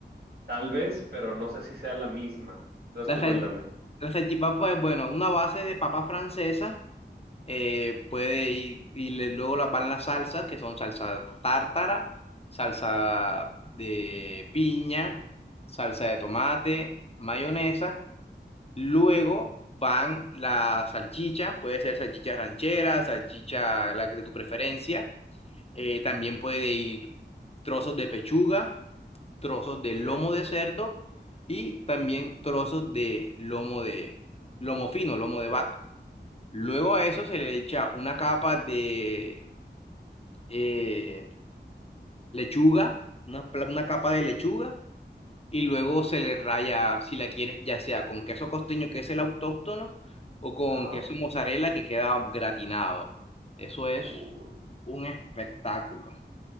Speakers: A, on the right; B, on the left.
A: Tal vez, pero no sé si sea la misma. Entonces
B: La,
A: tú
B: sal-
A: cuéntame.
B: la salchipapa es, bueno, una base de papa francesa. eh, puede ir, y le- luego las van las salsas, que son salsa tártara, salsa de piña, salsa de tomate, mayonesa. Luego van la salchicha, puede ser salchicha ranchera, salchicha la que de tu preferencia. Eh, también puede ir trozos de pechuga, trozos de
A: Ok.
B: lomo de cerdo y también trozos de lomo de lomo fino, lomo de vaca. Luego a eso se le echa una capa de eh, lechuga, una, pla- una capa de lechuga, y luego se le raya, si la quieres, ya sea con queso costeño, que es el autóctono, o con
A: Ajá.
B: queso mozzarella, que queda gratinado. Eso es
A: Uy,
B: un espectáculo.